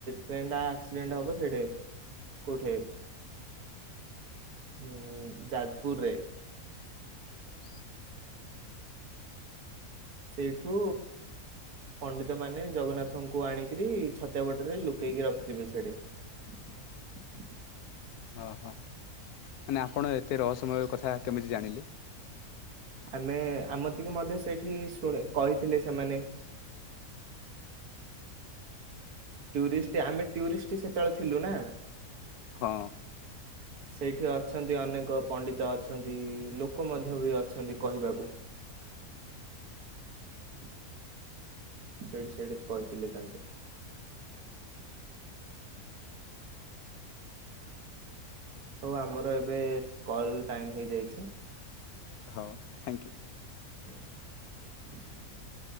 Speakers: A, on the right; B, on the left.
A: ଟ୍ରେନ ଟା ଆକ୍ସିଡେଣ୍ଟ ହବ ସେଠେ। କୋଠେ? ଉଁ ଯାଜପୁରରେ।
B: <inaudible>
A: ସେଇଠୁ ପଣ୍ଡିତ ମାନେ ଜଗନ୍ନାଥଙ୍କୁ ଆଣିକିରି ଛତିଆ ବଟରେ ଲୁକେଇକି ରଖିଥିବେ ସେଠି। <inaudible>
B: ଓହୋ ମାନେ ଆପଣ ଏତେ ରହସ୍ୟମୟ କଥା କେମିତି ଜାଣିଲେ?
A: ଆମେ ଆମ ତିିକେ ମଧ୍ୟ ସେଇଠି ଶୁଣେ କହିଥିଲେ ସେମାନେ। ଟୁରିଷ୍ଟ ଆମେ ଟୁରିଷ୍ଟ ସେତେବେଳେ ଥିଲୁ ନା।
B: ହଁ।
A: ସେଇଠି ଅଛନ୍ତି ଅନେକ ପଣ୍ଡିତ ଅଛନ୍ତି। ଲୋକ ମଧ୍ୟ ବି ଅଛନ୍ତି କହିବାକୁ। <inaudible> ସେଠି ସେଠି କହିଥିଲେ ତାଙ୍କେ। ହଉ ଆମର ଏବେ କଲ ଟାଇମ ହେଇଯାଇଛି
B: ହଉ ଥ୍ୟାଙ୍କ ୟୁ।
A: <inaudible>